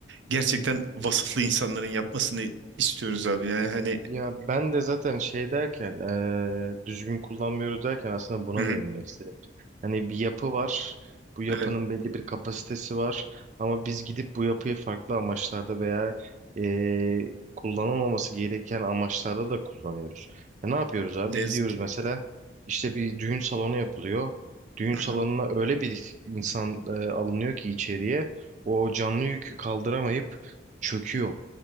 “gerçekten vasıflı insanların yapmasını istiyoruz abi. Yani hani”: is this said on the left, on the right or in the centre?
Right